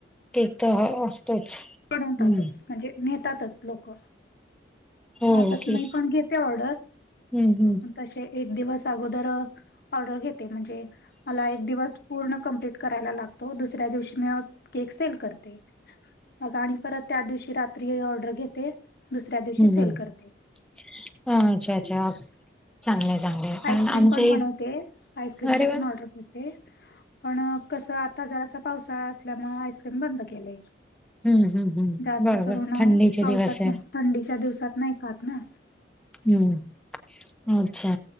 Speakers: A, in the centre; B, on the left (about 55°).
A: केक त हा असतोच.
B: बनवतातच
A: हम्म
B: म्हणजे नेतातच लोक
A: हो
B: असं
A: केक
B: मी पण घेते ऑर्डर
A: हम्म हम्म
B: तसे एक दिवस अगोदर ऑर्डर घेते म्हणजे मला एक दिवस पूर्ण कमप्लीट करायला लागतो दुसऱ्या दिवशी मी केक सेल करते. बग आणि परत त्या दिवशी रात्री ऑर्डर घेते. दुसऱ्या दिवशी
A: हम्
B: सेल
A: हम्
B: करते.
A: अच्छा अच्छा. चांगलंय चांगलंय कारण
B: आईस्क्रीम
A: आमच्या
B: पण
A: इ
B: म्हणवते आस्क्रीम
A: अरे
B: चे
A: वा
B: पण ऑर्डर ते पण कस आता जरा पावसाळा असल्यामुळे आईस्क्रीम बंद केलंय.
A: हम्म हम्म हम्म
B: जास्त
A: बरोबर
B: करुून
A: थंडीचे
B: पावसात
A: दिवस आहे
B: ना थंडीच्या दिवसात नाही काात ना.
A: हम्म अच्छा